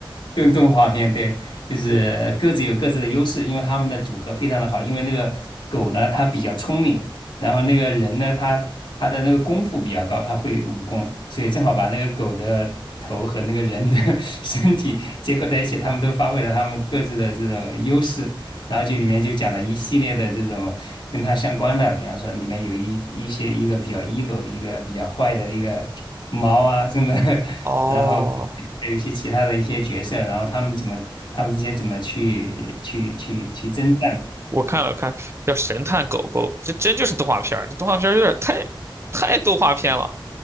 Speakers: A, on the left; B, on the right.
A: 动动画片，对，就是各自有各自的优势，因为他们的组合非常的好。因为那个狗呢，它比较聪明，然后那个人呢，他他的那个功夫比较高，他会武功，所以正好把那个狗的头和那个人的 <laughs> 身体结合在一起，他们都发挥了他们各自的这种优势。然后就里面就讲了一系列的这种跟他相关的，比方说里面有一一些一个比较 evil，一个比较坏的一个猫啊什么的，<laughs>
B: 哦，
A: 然后还有一些其他的一些角色，然后他们怎么他们之间怎么去去去去征战，
B: 我看了看，叫《神探狗狗》，这真就是动画片儿，这动画片儿有点太太动画片了。